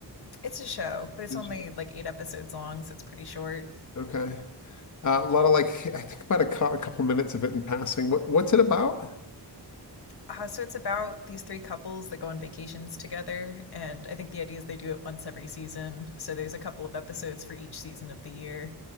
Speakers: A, on the left; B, on the left.
A: It's a show, but it's
B: Is
A: only
B: she?
A: like eight episodes long, so it's pretty short.
B: Okay. Uh, a lot of like I think about a, cou- a couple minutes of it in passing. What what's it about?
A: Uh, so it's about these three couples that go on vacations together, and I think the idea is they do it once every season. So there's a couple of episodes for each season of the year.